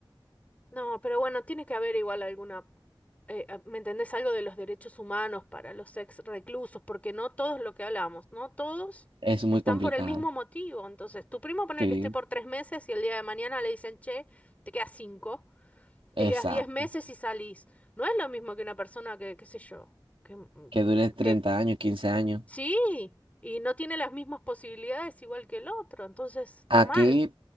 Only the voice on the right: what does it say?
Es muy
complicado.
Sí,
exacto.
Que dure 30
años, 15 años.
Aquí,